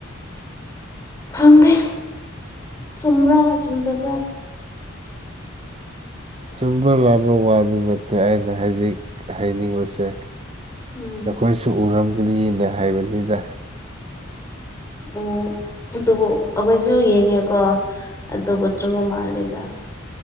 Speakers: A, on the left; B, on the right.
A: ꯈꯪꯗꯦ ꯆꯨꯝꯕ꯭ꯔꯥ ꯆꯨꯝꯗꯕ꯭ꯔꯥ
B: ꯆꯨꯝꯕ ꯂꯥꯟꯕ ꯋꯥꯗꯤ ꯅꯠꯇꯦ ꯑꯩꯅ ꯍꯥꯏꯖꯤꯛ ꯍꯥꯏꯅꯤꯡꯕꯁꯦ
A: ꯎꯝ
B: ꯅꯈꯣꯏꯁꯨ ꯎꯔꯝꯒꯅꯤꯅ ꯍꯥꯏꯕꯅꯤꯗ
A: ꯑꯣ ꯑꯗꯨꯕꯨ ꯑꯩꯈꯣꯏꯁꯨ ꯌꯦꯡꯉꯦꯀꯣ ꯑꯗꯨꯕꯨ ꯆꯨꯝꯃ ꯃꯥꯜꯂꯤꯗ